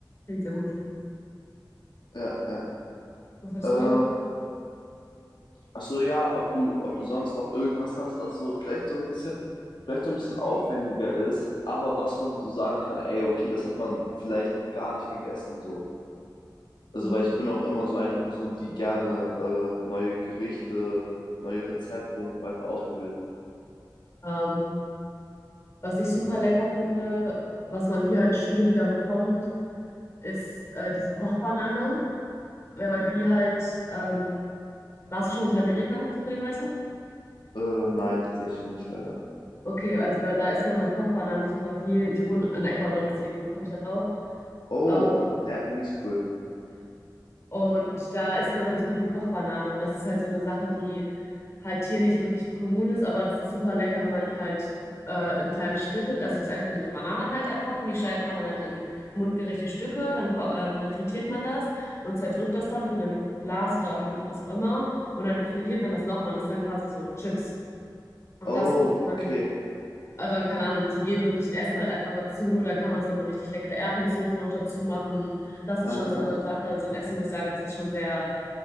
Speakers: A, on the left (about 35°); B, on the left (about 80°).
A: Klingt sehr gut.
B: Ja, ja.
A: Was würdest
B: Äh,
A: du sagen?
B: ach so, ja, ob du, ob du sonst noch irgendwas hast, was so vielleicht so ein bisschen, vielleicht so ein bisschen aufwendiger ist, aber was man so sagen kann, ey, okay, das hat man vielleicht noch gar nicht gegessen, so. Also,
A: Mhm.
B: weil ich bin auch immer so eine Person, die gerne äh, neue Gerichte, neue Rezepte und so weiter ausprobiert.
A: Ähm, was ich super lecker finde, was man hier halt schwieriger bekommt, ist äh, diese Kochbanane. Wenn man die halt, ähm, warst du schon mal in Südamerika, zufälligerweise?
B: Äh, nein, tatsächlich nicht, leider.
A: Okay, also weil da isst man halt Kochbanane super viel. Ich wohne in Ecuador, deswegen komme ich da drauf.
B: Oh,
A: Ähm,
B: hä, mies cool.
A: Und da isst man halt super viel Kochbanane. Und das ist halt so eine Sache, die halt hier nicht wirklich kommun ist, aber das ist super lecker, wenn man die halt äh, in kleine Stücke, also die ist eigentlich wie so eine Banane halt einfach, und die schneidet man dann halt in mundgerechte Stücke, dann, ko- ähm, dann frittiert man das und zerdrückt das dann mit einem Glas oder m- was auch immer. Und dann frittiert man das nochmal. Das sind dann quasi so Chips. Und
B: Oh,
A: das macht man
B: okay.
A: äh, dann, keine Ahnung, zu jedem möglichen Essen halt einfach dazu. Dann kann man so eine richtig leckere Erdnusssoße noch dazu machen. Das ist
B: Aha.
A: schon so eine Sache, so ein Essen, wo ich sage, das ist schon sehr.